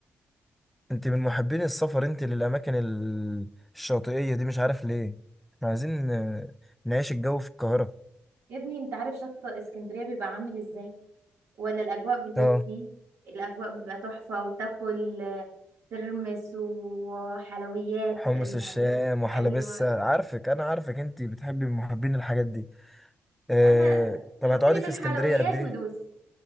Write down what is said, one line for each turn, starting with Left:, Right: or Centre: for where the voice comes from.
Centre: أنت من محبين السفر أنت للأماكن ال- الشاطئية دي مش عارف ليه احنا عايزين آه، نعيش الجو في القاهرة
Right: يا ابني انت عارف شط اسكندريه بيبقى عامل ازاي ولا الاجواء بالليل
Centre: اه
Right: فيه الاجواء بتبقى تحفه وتاكل آه، ترمس وحلويات
Centre: حمص
Right: من
Centre: الشام
Right: عليه
Centre: وحلبسة
Right: ايوه
Centre: عارفك أنا عارفك أنت بتحبي من محبين الحاجات دي آه
Right: انا
Centre: طب
Right: حطني
Centre: هتقعدي
Right: في
Centre: في
Right: الحلويات
Centre: اسكندرية قد إيه؟
Right: ودوس